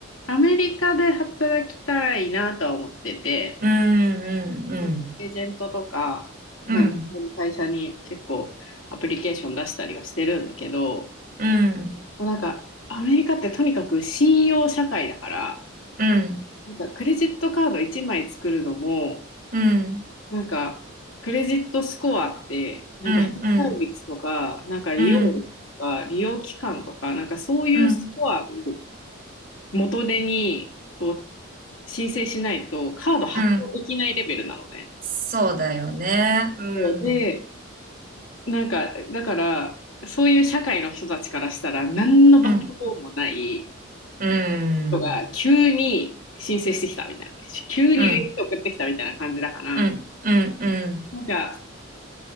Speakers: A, on the left (about 75°); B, on the right (about 45°).
A: アメリカで働きたいなとは思ってて、
B: うん、うん、うん、
A: なんかエージェントとか、
B: うん、
A: まあ、実際に会社に結構アプリケーション出したりはしてるんだけど、
B: うん、
A: もうなんかアメリカってとにかく信用社会だから、
B: うん。
A: なんかクレジットカード1枚作るのも、
B: うん、
A: なんか、クレジットスコアって、なんか返済率とか、
B: うん、うん、
A: なんか利用率とか、
B: うん、
A: 利用期間とか、なんかそういうスコアを
B: うん、
A: 元手にこう申請しないと、カード発行できないレベルなのね。
B: うん。そうだよね。うん、
A: そうで、なんか、だから、そういう社会の人たちからしたら、何のバックボーンもない
B: うん、うん、
A: 人が急に申請してきたみたいな、急に履歴書送ってきたみたいな感じだから、
B: うん、うん、うん、うん、うん、
A: なんか